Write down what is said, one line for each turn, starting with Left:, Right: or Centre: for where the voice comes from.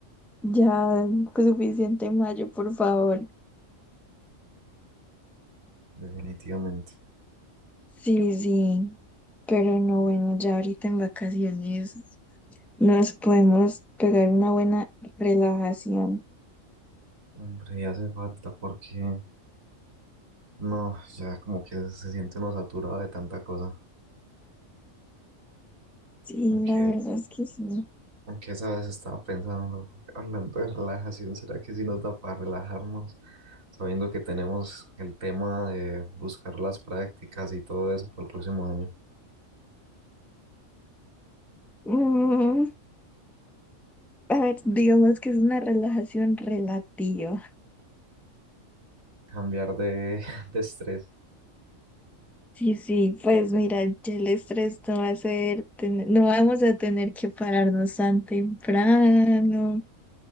Centre: Ya, pues, suficiente mayo, por favor.
Right: definitivamente.
Centre: Sí, sí. Pero no, bueno, ya ahorita en vacaciones nos podemos pegar una buena relajación.
Right: Hombre, ya hace falta porque no, ya como que se siente uno saturado de tanta cosa.
Centre: Sí,
Right: Aunque
Centre: la verdad es que sí.
Right: Aunque esa vez estaba pensando, hablando de relajación, ¿será que sí nos da para relajarnos? Sabiendo que tenemos el tema de buscar las prácticas y todo eso para el próximo año.
Centre: Mm, A ver, digamos que es una relajación relativa.
Right: Cambiar de, <laughs> de estrés.
Centre: Sí, sí, pues mira, ya el estrés no va a ser, ten- no vamos a tener que pararnos tan temprano.